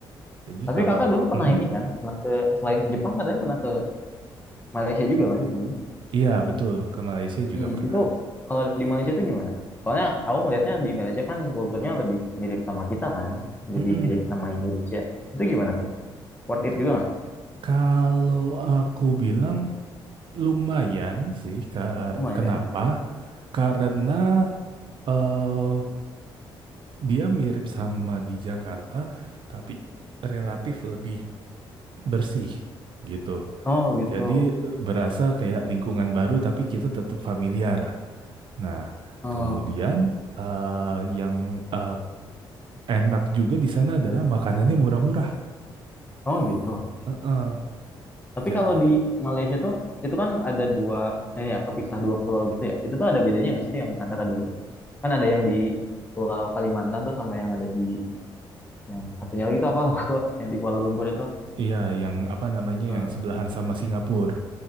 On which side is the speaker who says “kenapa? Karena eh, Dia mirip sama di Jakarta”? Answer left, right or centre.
Right